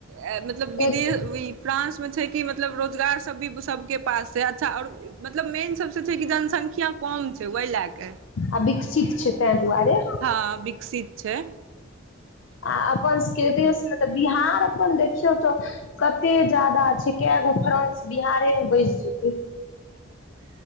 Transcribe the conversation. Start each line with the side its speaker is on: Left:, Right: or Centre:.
Right: ए मतलब विदेह
Left: एक
Right: फ्रांसमे छै कि मतलब रोजगार सब भी सबके पास छैै अच्छा आओर मतलब मेन सबसँ छै कि जनसंख्या कम छै ओहि लए कए
Left: आ विकसित छै ताहि दुआरे
Right: हँ विकसित छै
Left: आ अपन सभके देशमे तऽ बिहार अपन देखियौ तऽ कते ज्यादा छै कै एगो फ्रान्स बिहारेमे बैस जेतै